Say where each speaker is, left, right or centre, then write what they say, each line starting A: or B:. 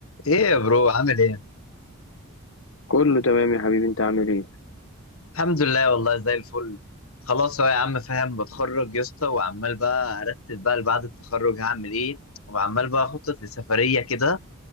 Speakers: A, on the left (about 80°); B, on the left (about 65°).
A: ايه يا برو عامل ايه
B: كله تمام يا حبيبي انت عامل ايه
A: الحمد لله والله زي الفل خلاص اهو يا عم فاهم بتخرج يا اسطى وعمال بقى ارتب بقى بعد التخرج هعمل ايه وعمال بقى اخطط لسفريه كده